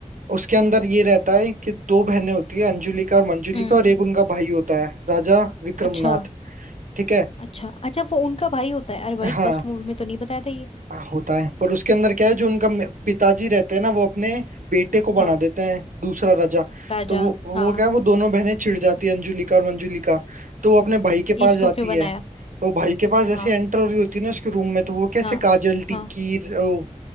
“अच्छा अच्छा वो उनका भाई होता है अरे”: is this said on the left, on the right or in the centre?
Left